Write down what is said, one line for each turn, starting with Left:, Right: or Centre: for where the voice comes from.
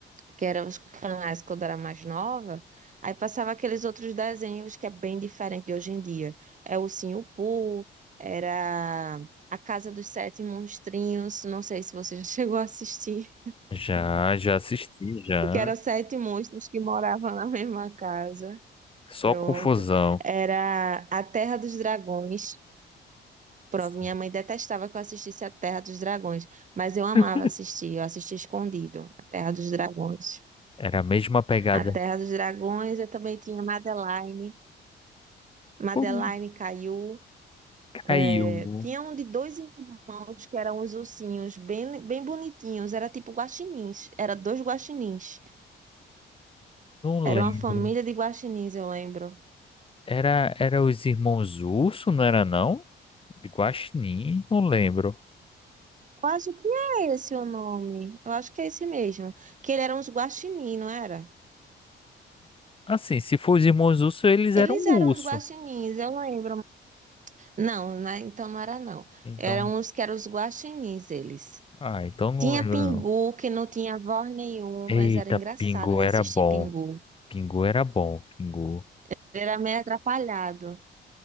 Right: que eram os canais quando eu era mais nova, aí passava aqueles outros desenhos que é bem diferente de hoje em dia. É o Ursinho Pooh, era A Casa dos Sete Monstrinhos, não sei se você já <laughs> chegou a assistir,
Left: Já já assisti já.
Right: que eram sete monstros que moravam na mesma casa.
Left: Só
Right: Pronto.
Left: confusão.
Right: Era A Terra dos Dragões, Pronto,
Left: Sim.
Right: minha mãe detestava que eu assistisse a Terra dos Dragões, mas eu amava
Left: <laughs>
Right: assistir, eu assisti escondido, a Terra dos Dragões.
Left: Era a mesma pegada.
Right: A Terra dos Dragões, eu também tinha Madeline, Madeline
Left: Todo mundo
Right: Caillou,
Left: caiu.
Right: É, tinha um de dois irmãos que eram os ursinhos, bem, bem bonitinhos, era tipo guaxinins, era dois guaxinins,
Left: Não
Right: era
Left: lembro.
Right: uma família de guaxinins, eu lembro.
Left: Era, era os irmãos Urso, não era não? De Guaxinim, não lembro.
Right: Eu acho que é esse o nome, eu acho que é esse mesmo, que eles eram uns guaxinins, não era?
Left: Assim, se for os irmãos Urso, eles
Right: Eles
Left: eram
Right: eram
Left: urso.
Right: uns guaxinins, eu lembro, Não, na- então não era não.
Left: Então,
Right: Eram os que eram os guaxinins, eles.
Left: ah, então não
Right: Tinha
Left: lembro
Right: Pingu,
Left: não.
Right: que não tinha voz nenhuma,
Left: Eita,
Right: mas era engraçado
Left: Pingu
Right: de
Left: era
Right: assistir
Left: bom.
Right: Pingu.
Left: Pingu era bom, Pingu.
Right: Ele era meio atrapalhado.